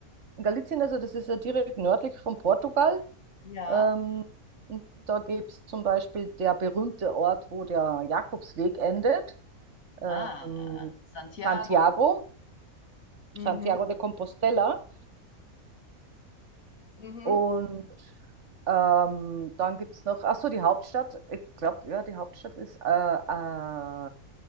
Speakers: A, on the right; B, on the left.
A: In Galicien, also das ist ja direkt nördlich von Portugal.
B: Ja.
A: Ähm, und da gibt es zum Beispiel der berühmte Ort, wo der Jakobsweg endet, ähm,
B: Ah, Santiago.
A: Santiago,
B: Mhm.
A: Santiago de Compostela.
B: Mhm.
A: Und ähm, dann gibt es noch, ach so, die Hauptstadt, ich glaube, ja, die Hauptstadt ist äh, äh,